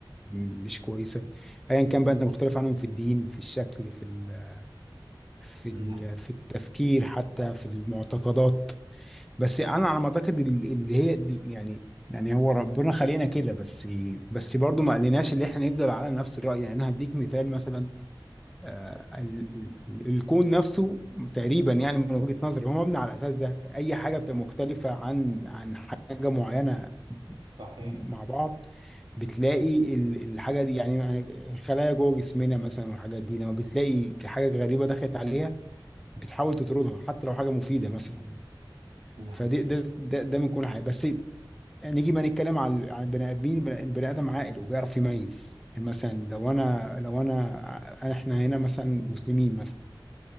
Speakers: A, in the centre; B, on the right.
A: مش كويسه ايا كان بقى انت مختلف عنهم في الدين في الشكل في ال... في ال...
B: نعم
A: في التفكير حتى في المعتقدات بس انا على ما اعتقد ال- اللي هي دي يعني يعني هو ربنا خلقنا كده بس بس برضه ما قالناش اللي احنا نفضل على نفس الرأي يعني انا هديك مثال مثلا آه ال- ال- الكون نفسه تقريبا يعني من وجهة نظري هو مبني على الاساس ده اي حاجة بتبقى مختلفة عن عن حاجة معينة
B: صحيح
A: مع بعض بتلاقي ال- الحاجة دي يعني آه، الخلايا جوه جسمنا مثلا والحاجات دي لما بتلاقي حاجة غريبة دخلت عليها بتحاول تطردها حتى لو حاجة مفيدة مثلا
B: نعم
A: فدي ده ده, ده من كل حاجه بس نيجي ما نتكلم عن عن البني ادمين البني البني ادم عاقل وبيعرف يميز يعني مثلا لو انا لو انا أنا- احنا هنا مثلا مسلمين مثلا